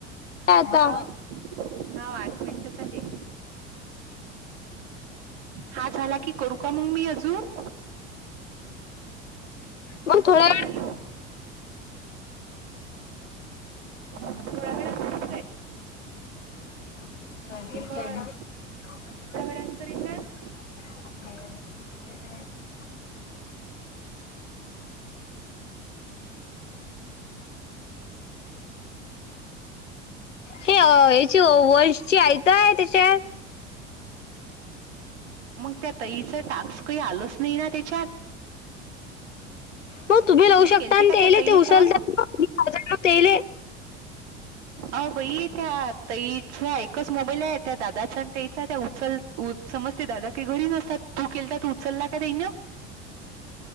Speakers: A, on the left (about 80°); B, on the right (about 65°).
A: आता
B: हाव हाव आठ मिनिटं झाले हा झाला की करू का मंग मी अजून?
A: मग थोड्या
B: हॅलो. <unintelligible>
A: <inaudible>
B: बरं <unintelligible>
A: <inaudible> <inaudible> हे अ यची वर्ड चे आईत आय तेचे.
B: मंग त्या ताईच टाक्स काही आलंच नाही ना तेच्यात.
A: मग तुम्ही लावू शकता
B: केलते
A: अन
B: का
A: तेले
B: त्या ताईले
A: ते <unintelligible>
B: कॉल
A: तेले
B: अ बई त्या तईचा एकच मोबाईल आय, त्या दादाचा आणि तईचा त्या उचल उच समज ते दादा काही घरी नसतात तू केलता तू उचलला का नै न.